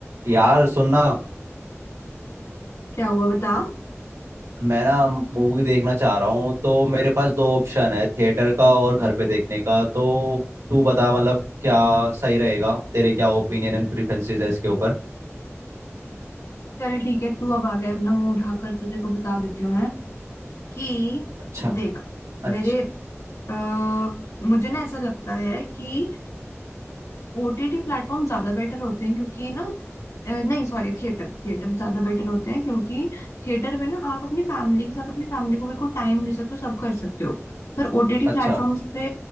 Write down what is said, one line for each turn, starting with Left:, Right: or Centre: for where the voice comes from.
Right: यार सुनना
Left: क्या हुआ बता
Right: मैं ना मूवी देखना चाह रहा हूँ तो मेरे पास दो ऑप्शन है थिएटर का और घर पे देखने का तो तू बता मतलब क्या सही रहेगा तेरे क्या ओपिनियन एंड प्रेफरेंसेस है इसके ऊपर
Left: चल ठीक है तू अब आ गया अपना मुंह उठाकर तुझे को बता देती हूँ मैं कि
Right: अच्छा
Left: देख
Right: अच्छा
Left: मेरे अ, मुझे ना ऐसा लगता है कि ओटीटी प्लेटफॉर्म ज्यादा बेटर होते हैं क्योंकि ना अ, नहीं सॉरी थिएटर थिएटर ज्यादा बेटर होते हैं क्योंकि थिएटर में ना आप अपनी फैमिली के साथ अपनी फैमिली को बिल्कुल टाइम दे सकते हो सब कर सकते हो पर ओटीटी
Right: अच्छा
Left: प्लेटफॉर्म्स पे